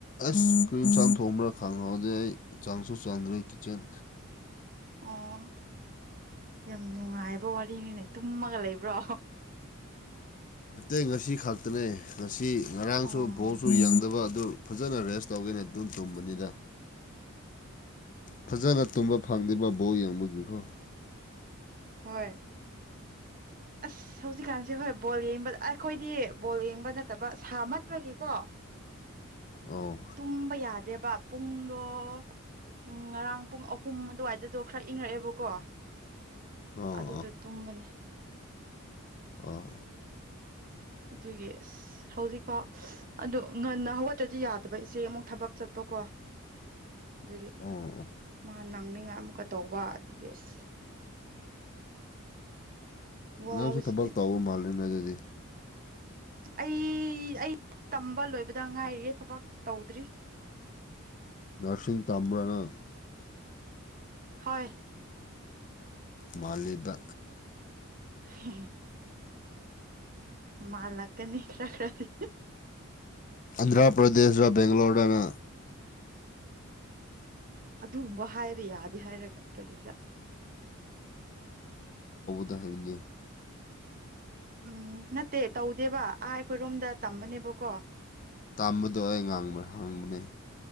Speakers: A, on the left (about 40°); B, on the right (about 40°).
A: ꯑꯁ ꯀꯔꯤ ꯌꯦꯟꯁꯥꯡ ꯊꯣꯡꯕ꯭ꯔꯥ ꯈꯪꯍꯧꯗꯦ ꯑꯩ ꯆꯡꯁꯨ ꯆꯡꯗ꯭ꯔꯦ ꯀꯤꯆꯟ
B: ꯑꯣ ꯌꯥꯝ ꯅꯨꯡꯉꯥꯏꯕ ꯋꯥꯔꯤꯅꯤꯅꯦ ꯇꯨꯝꯃꯒ ꯂꯩꯕ꯭ꯔꯣ
A: ꯑꯇꯩ ꯉꯁꯤ ꯈꯛꯛꯇꯅꯦ ꯉꯁꯤ ꯉꯁꯤ ꯉꯔꯥꯡꯁꯨ
B: ꯑꯣ
A: ꯕꯣꯜꯁꯨ ꯌꯦꯡꯗꯕ ꯑꯗꯨ ꯐꯖꯅ ꯔꯦꯁ ꯇꯧꯒꯦꯅ ꯑꯗꯨꯝ ꯇꯨꯝꯕꯅꯤꯗ ꯐꯖꯅ ꯇꯨꯝꯕ ꯐꯪꯗ꯭ꯔꯤꯕ ꯕꯣꯜ ꯌꯦꯡꯕꯒꯤꯀꯣ
B: ꯍꯣꯏ ꯑꯁ ꯍꯧꯖꯤꯛꯀꯥꯟꯁꯦ ꯍꯣꯏ ꯕꯣꯜ ꯌꯦꯡꯅꯤꯡꯕꯗ ꯑ ꯑꯩꯈꯣꯏꯗꯤ ꯕꯣꯜ ꯌꯦꯡꯕ ꯅꯠꯇꯕ ꯁꯥꯃꯜꯂ ꯕꯒꯤꯀꯣ
A: ꯑꯣ
B: ꯇꯨꯝꯕ ꯌꯥꯗꯦꯕ ꯄꯨꯡꯗꯣ ꯎꯝ ꯉꯔꯥꯡ ꯄꯨꯡ ꯑꯍꯨꯝ ꯑꯗꯨꯋꯥꯏꯗꯗꯣ ꯈꯔ ꯏꯪꯉꯛꯑꯦꯕꯀꯣ
A: ꯑꯣ
B: ꯑꯗꯨꯗ ꯇꯨꯝꯕꯅꯦ
A: ꯑ
B: ꯑꯗꯨꯒꯤ ꯑꯁ ꯍꯧꯖꯤꯛꯐꯥꯎ ꯉꯟꯅ ꯍꯧꯒꯠꯇ꯭ꯔꯗꯤ ꯌꯥꯗꯕ ꯏꯆꯦ ꯑꯃꯨꯛ ꯊꯕꯛ ꯆꯠꯄ ꯀꯣ ꯑꯗꯨꯒꯤ
A: ꯑꯣ ꯑꯣ
B: ꯃꯥ ꯅꯡꯅꯤꯉꯥꯏ ꯑꯃꯨꯛꯀ ꯇꯧꯕ ꯑꯗꯨꯒꯤ ꯑꯁ ꯋꯥꯕꯁꯤꯗꯤ
A: ꯅꯪꯁꯨ ꯊꯕꯛ ꯇꯎꯕ ꯃꯥꯜꯂꯦꯅ ꯑꯗꯨꯗꯤ
B: ꯑꯩ ꯑꯩ ꯇꯝꯕ ꯂꯣꯏꯕꯗ ꯉꯥꯏꯔꯤꯑꯦ ꯊꯕꯛ ꯇꯧꯗ꯭ꯔꯤ <inaudible>
A: ꯅꯔꯁꯁꯤꯡ ꯇꯝꯕꯔ ꯅꯪ
B: ꯍꯣꯏ
A: ꯃꯥꯜꯂꯤꯕ
B: <inaudible> ꯃꯥꯂꯀꯅꯤ ꯀꯔ ꯀꯗꯤ
A: ꯑꯟꯗ꯭ꯔꯥ ꯄ꯭ꯔꯗꯦꯁꯗ ꯕꯒꯂꯣꯔꯣꯔꯅ
B: ꯑꯗꯨꯒꯨꯝꯕ ꯍꯥꯏꯕ ꯌꯥꯗꯦ ꯍꯥꯏꯔꯒ ꯀꯔꯤꯔ
A: ꯗꯂꯤ
B: ꯎꯝ ꯅꯠꯇꯦ ꯇꯧꯗꯦꯕ ꯑꯥ ꯑꯩꯈꯣꯏꯔꯣꯝꯗ ꯇꯝꯕꯅꯦꯕꯀꯣ
A: ꯇꯥꯝꯕꯗꯣ ꯑꯩ ꯉꯥꯡꯕ ꯍꯥꯡꯕꯅꯦ